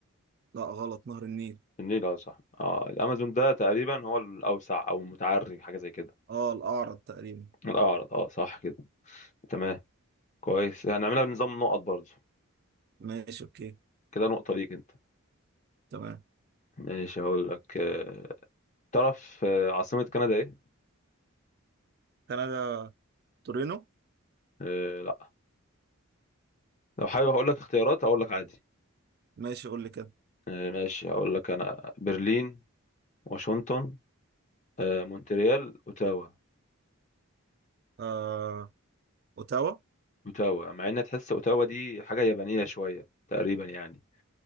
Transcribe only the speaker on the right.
لا غلط نهر النيل
آه الأعرض تقريبا
ماشي أوكي
تمام
كندا تورينو
ماشي قول لي كده
آه أوتاوا